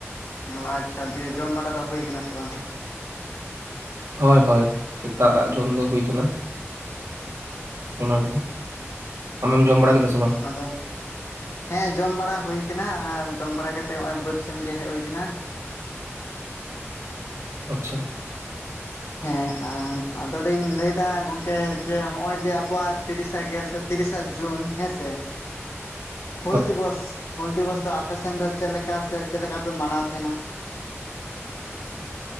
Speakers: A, on the left (about 75°); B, on the right (about 80°).
A: ᱚ ᱟᱪᱪᱷᱟ ᱫᱤᱭᱮ ᱡᱚᱢ ᱵᱟᱲᱟ ᱫᱚ ᱦᱩᱭ ᱟᱠᱟᱱᱟ ᱥᱮ ᱵᱟᱝ ᱛᱟᱦᱚᱞᱮ
B: ᱦᱳᱭ ᱦᱳᱭ ᱥᱮᱛᱟᱜ ᱟᱜ ᱡᱚᱢ ᱫᱚ ᱦᱩᱭ ᱟᱠᱟᱱᱟ
A: ᱚ
B: ᱚᱱᱟᱜᱮ ᱟᱢᱮᱢ ᱡᱚᱢ ᱵᱟᱲᱟ
A: ᱦᱩᱸ
B: ᱠᱮᱫᱟ ᱥᱮ ᱵᱟᱝ
A: ᱟᱫᱚ ᱦᱮᱸ ᱡᱚᱢ ᱵᱟᱲᱟ ᱦᱩᱭ ᱟᱠᱟᱱᱟ ᱟᱨ ᱡᱚᱢ ᱵᱟᱲᱟ ᱠᱟᱛᱮᱜ ᱱᱚᱜᱼᱚᱭ ᱵᱟᱹᱫ ᱥᱮᱱ ᱜᱮ ᱦᱮᱡ ᱦᱩᱭ ᱟᱠᱟᱱᱟ
B: ᱟᱪᱪᱷᱟ
A: ᱦᱮᱸ ᱟᱫᱚᱞᱤᱧ ᱞᱟᱹᱭᱫᱟ ᱜᱚᱝᱠᱮ ᱡᱮ ᱦᱚᱜᱼᱚᱭ ᱡᱮ ᱟᱵᱚᱣᱟᱜ ᱛᱤᱨᱤᱥᱟ ᱜᱮᱞ ᱥᱮ ᱛᱤᱨᱤᱥᱟ ᱡᱩᱱ ᱦᱮᱸ ᱥᱮ
B: <inaudible>
A: ᱦᱩᱞ ᱫᱤᱵᱚᱥ ᱦᱩᱞ ᱫᱤᱵᱚᱥ ᱫᱚ ᱟᱯᱮᱥᱱ ᱫᱚ ᱪᱮᱫ ᱞᱮᱠᱟ ᱥᱮ ᱪᱮᱫ ᱞᱮᱠᱟ ᱯᱮ ᱢᱟᱱᱟᱣ ᱛᱟᱦᱮᱱᱟ